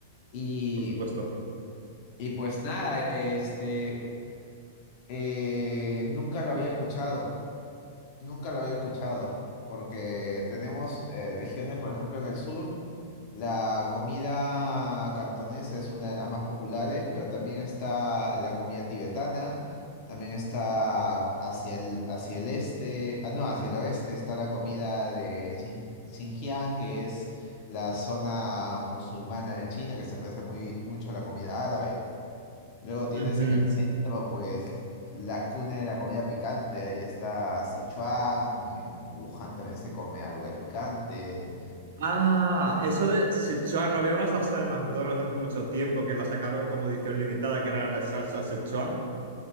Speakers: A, on the left; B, on the right.
A: Y,
B: por supuesto.
A: y pues nada, este, eh, nunca lo había escuchado. Nunca lo había escuchado, porque tenemos eh, regiones, por ejemplo, en el sur, la comida cantonesa es una de las más populares, pero también está la comida tibetana, también está hacia el, hacia el este, ah, no, hacia el oeste está la comida de Xin- Xinjiang, que es la zona musulmana de China, que se parece muy, mucho a la comida árabe. Luego tienes
B: Ujú.
A: en el centro, pues, la cuna de la comida picante. Ahí está Sichuan, en Wuhan también se come algo de picante.
B: Ah, eso de si, Sichuan, no había una salsa de McDonald's hace mucho tiempo que la sacaron como edición limitada, que era la salsa Sichuan.